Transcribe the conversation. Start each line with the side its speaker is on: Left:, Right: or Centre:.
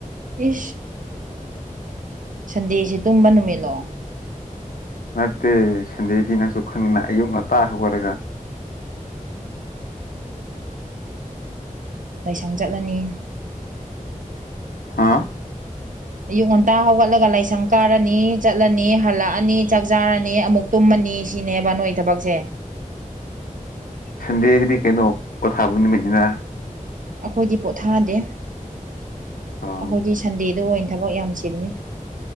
Right: ꯏ ꯁꯟꯗꯦꯁꯤ ꯇꯨꯝꯕ ꯅꯨꯃꯤꯠꯂꯣ
Left: ꯅꯠꯇꯦ ꯁꯟꯗꯦꯗꯤ ꯅꯪꯁꯨ ꯈꯪꯉꯤꯅ ꯑꯌꯨꯛ ꯉꯟꯇꯥ ꯍꯧꯒꯔꯒ
Right: ꯂꯥꯏꯁꯪ ꯆꯠꯂꯅꯤ
Left: ꯍꯥꯥ
Right: ꯑꯌꯨꯛ ꯉꯟꯇꯥ ꯍꯧꯒꯠꯂꯒ ꯂꯥꯏꯁꯪ ꯀꯥꯔꯅꯤ ꯆꯠꯂꯅꯤ ꯍꯜꯂꯛꯑꯅꯤ ꯆꯥꯛ ꯆꯥꯔꯅꯤ ꯑꯃꯨꯛ ꯇꯨꯝꯃꯅꯤ ꯑꯅꯤ ꯁꯤꯅꯦꯕ ꯅꯣꯏ ꯊꯕꯛꯁꯦ
Left: ꯁꯟꯗꯦꯒꯤꯗꯤ ꯀꯩꯅꯣ ꯄꯊꯥꯕ ꯅꯨꯃꯤꯠꯅꯤꯅ
Right: ꯑꯩꯈꯣꯏꯗꯤ ꯄꯣꯊꯥꯗꯦ
Left: ꯑꯣ
Right: ꯑꯩꯈꯣꯏꯗꯤ ꯁꯟꯗꯦꯗ ꯑꯣꯏꯅ ꯊꯕꯛ ꯌꯥꯝ ꯆꯤꯜꯂꯤ